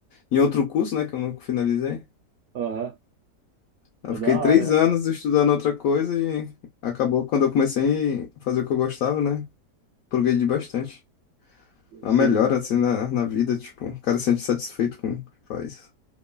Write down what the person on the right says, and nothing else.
Aham.
É
da
hora.
Sim.